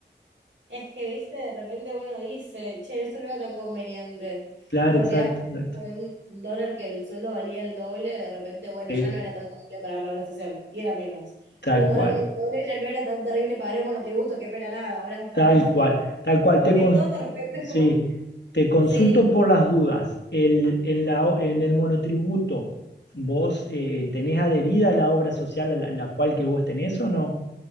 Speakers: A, on the right; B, on the left.
A: Es que, viste, de repente uno dice, che, esto no era tan conveniente,
B: Claro,
A: porque
B: exacto,
A: antes
B: exacto.
A: con un dólar que el sueldo valía el doble, de repente, bueno,
B: Sí,
A: ya no era tan terrible pagar la obra social, y era menos.
B: tal
A: Un dólar
B: cual.
A: valía el doble, ya no era tan terrible pagar el monotributo, que no era nada, ahora es bastante
B: Tal
A: <laughs> más.
B: cual, tal cual.
A: Como
B: Te
A: que
B: con-
A: todo de repente es
B: sí,
A: como...
B: te consulto
A: Sí,
B: por las dudas. El- en la o- en el monotributo, ¿vos eh, tenés adherida la obra social a la, la cual que vos tenés o no?